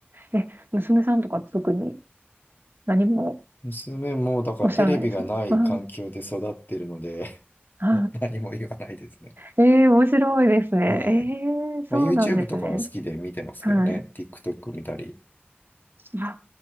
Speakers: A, on the right (about 60°); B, on the left (about 50°).
A: え、娘さんとか特に何も
B: 娘も、だからテレビがない環境で育ってるので、
A: おっしゃらないですかはい。は
B: <laughs> 何も言わないですね。
A: い。ええ、面白いですね。
B: はい。
A: ええ、
B: まあ、
A: そうなんですね。
B: YouTube とかは好きで見てますけどね。
A: はい。
B: TikTok 見たり。
A: あ、